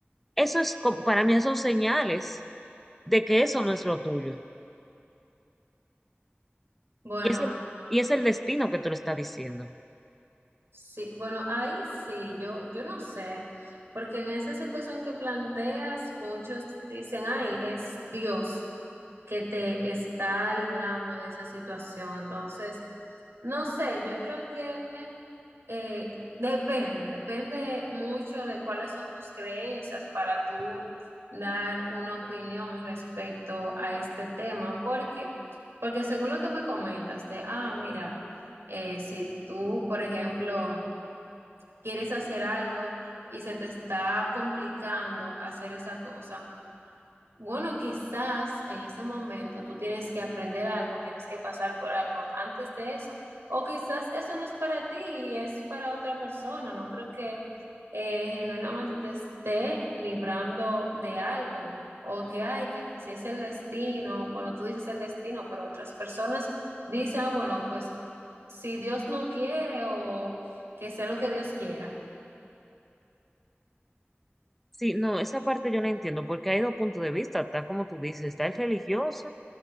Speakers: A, in the centre; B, on the right (about 85°).
A: Eso es, co- para mí, son señales de que eso no es lo tuyo.
B: bueno.
A: Y es el, y es el destino que tú le estás diciendo.
B: Sí, bueno, ahí sí, yo, yo no sé, porque en esa situación que planteas, muchos dicen, ay, es Dios que te está librando de esa situación. Entonces, no sé, yo creo que eh, depende, depende mucho de cuáles son tus creencias para tú dar una opinión respecto a este tema. ¿Por qué? Porque según lo que me comentas de, ah, mira, eh, si tú, por ejemplo, quieres hacer algo y se te está complicando hacer esa cosa. Bueno, quizás en ese momento tú tienes que aprender algo, tienes que pasar por algo antes de eso, o quizás eso no es para ti y es para otra persona. No creo que eh, genuinamente te esté librando de algo o que hay, que si es el destino, bueno, tú dices el destino, pero otras personas dicen, ah, bueno, pues si Dios no quiere o que sea lo que Dios quiera.
A: Sí, no, esa parte yo la entiendo, porque hay dos puntos de vista, está como tú dices, está el religioso